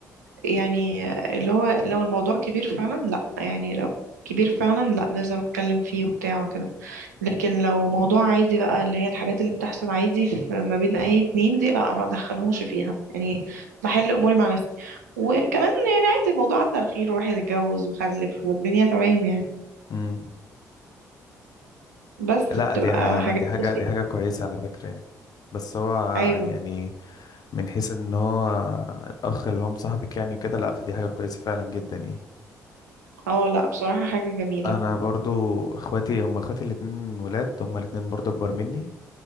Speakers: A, on the right; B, on the left.
A: يعني اللي هو لو الموضوع كبير فعلا لا يعني لو كبير فعلا لا لازم اتكلم فيه وبتاع وكده لكن لو موضوع عادي بقى اللي هي الحاجات اللي بتحصل عادي في ما بين اي اتنين دي بقى ما ادخلهمش فيها يعني بحل اموري مع نفسي وكمان يعني عادي الموضوع عدى على خير والواحد اتجوز وخلف والدنيا تمام يعني
B: امم
A: بس
B: لا
A: بتبقى
B: دي ه... لا
A: حاجات
B: دي حاجة
A: بسيطة
B: دي حاجة كويسة على فكرة يعني. بس هو
A: ايوه
B: يعني من حيث ان هو الاخ اللي هم صاحبك يعني وكده لا فدي حاجة كويسة فعلا جدا يعني
A: اه لا بصراحة حاجة جميلة
B: انا برضو اخواتي هم اخواتي الاتنين ولاد هم الاتنين برضو اكبر مني